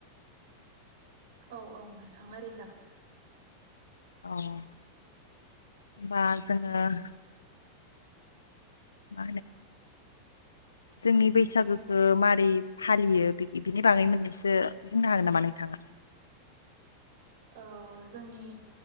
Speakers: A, on the right (about 55°); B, on the left (about 75°).
A: औ औ नों थांलाय
B: <unintelligible> <inaudible> जोंनि बैसागोखौ
A: औ
B: मारै फालियो बे बिनि बागै मोननैसो बुंनो हागोन नामा नोंथाङा?
A: औ जोंनि